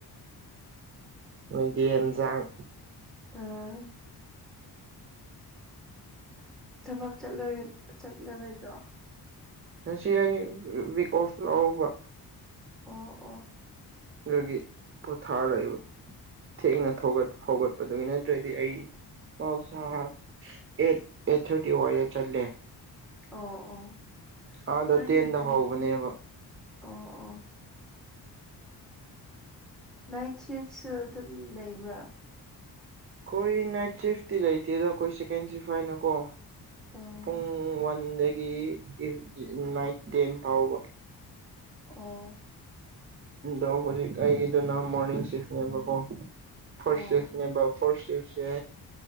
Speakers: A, on the right; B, in the centre.
A: ꯃꯣꯏꯒꯤ ꯌꯦꯟꯖꯥꯡ
B: ꯑꯥ ꯊꯕꯛ ꯆꯠꯂꯔꯣ ꯆꯠꯂꯔ‌ꯣꯏꯗ꯭ꯔꯣ
A: ꯉꯁꯤ ꯑꯩ ꯋꯤꯛ ꯑꯣꯐ ꯂꯧꯕ
B: ꯑꯣ ꯑꯣ
A: ꯑꯗꯨꯒꯤ ꯄꯣꯊꯥꯔ ꯂꯩꯕ ꯊꯦꯡꯅ ꯊꯧꯒꯠ ꯍꯧꯒꯠꯄꯗꯨꯒꯤꯅ‌ꯦ ꯅꯠꯇ꯭ꯔꯗꯤ ꯑꯩ ꯃꯍꯧꯁꯥ ꯑꯦꯠ ꯑꯦꯠ ꯊꯥꯔꯇꯤ ꯋꯥꯏꯗ ꯆꯠꯂꯦ
B: ꯑꯣ ꯑꯣ
A: ꯑꯥꯗ
B: ꯅꯪꯒꯤꯗꯤ
A: ꯇꯦꯟꯗ ꯍꯧꯕꯅꯦꯕ
B: ꯑꯣ ꯑꯣ ꯅꯥꯏꯠ ꯁꯤꯐꯁꯨ ꯑꯗꯨꯝ ꯂꯩꯕ꯭ꯔꯥ
A: ꯑꯩꯈꯣꯏ ꯅꯥꯏꯠ ꯁꯤꯐꯇꯤ ꯂꯩꯇꯦꯗ ꯈꯣꯏ ꯁꯦꯀꯦꯟ ꯁꯤꯐ ꯍꯥꯏꯅ ꯀꯣ
B: ꯑꯣ
A: ꯄꯨꯡ ꯋꯥꯟꯗꯒꯤ ꯏ ꯅꯥꯏꯠ ꯇꯦꯟ ꯐꯥꯎꯕ
B: ꯑꯣ
A: ꯑꯗꯣ ꯍꯧꯖꯤꯛ ꯑꯩꯒꯤꯗꯨꯅ ꯃꯣꯔꯅꯤꯡ ꯁꯤꯐꯅꯦꯕꯀꯣ ꯐꯥꯔꯁ
B: ꯑꯣ
A: ꯁꯤꯐꯅꯦꯕ ꯐꯥꯔꯁ ꯁꯤꯐꯁꯦ